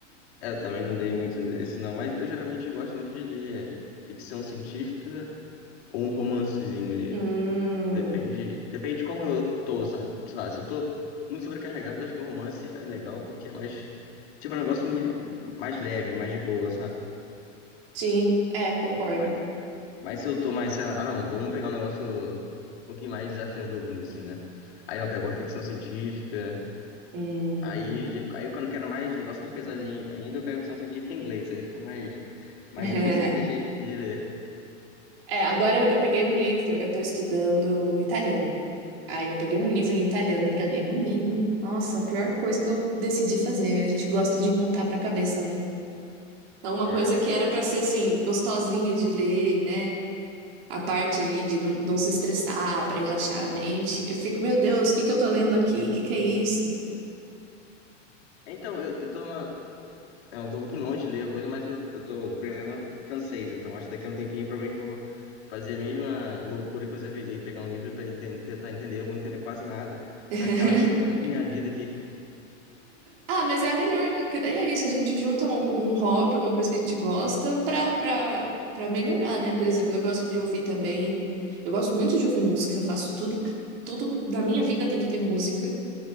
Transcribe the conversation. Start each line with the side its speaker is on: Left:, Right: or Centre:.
Left: é, Eu também não dei muito esse não, mas eu geralmente gosto muito de ler ficção científica ou um romancezinho ali.
Right: Hum,
Left: Depende, depende de como eu tô, sabe? Sei lá, se eu tô muito sobrecarregado, acho que um romance é legal porque é mais, tipo, é um negócio me- mais leve, mais de boa, sabe?
Right: sim, é, concordo.
Left: Mas, mas se eu tô mais, sei lá, ah não, vamos pegar um negócio um pouquinho mais desafiador, vamos dizer assim, né? Aí eu pego uma ficção científica,
Right: Hum,
Left: aí, aí quando eu quero mais negócio mais pesadinho ainda, eu pego ficção científica em inglês, aí fica mais Mais
Right: <laughs>
Left: difícil ainda de, de ler.
Right: É, agora eu eu peguei um livro, eu tô estudando italiano. Aí eu peguei um livro em italiano pra ler. Menino, nossa, a pior coisa que eu decidi fazer. A gente gosta de inventar pra cabeça, né? Então, uma
Left: É.
Right: coisa que era pra ser assim, gostosinha de ler, né? A parte ali de não, não se estressar, pra relaxar a mente. Eu fico, meu Deus, o que que eu tô lendo aqui? O que que é isso?
Left: Então, eu, eu tô numa- é, eu tô um pouquinho longe de ler a coisa, mas eu, eu tô tô aprendendo francês, então acho que daqui a um tempinho provavelmente vou fazer a mesma loucura que você fez aí, pegar um livro pra enten- tentar entender, eu vou entender quase nada.
Right: <laughs>
Left: Mas, Caraca, o que eu tô fazendo com minha vida aqui?
Right: Ah, mas é a melhor, né? Porque daí é isso, a gente junta um, um hobby, uma coisa que a gente gosta, pra, pra, pra melhorar, né? Por exemplo, eu gosto de ouvir também. Eu gosto muito de ouvir música, eu faço tudo, tudo na minha vida tem que ter música.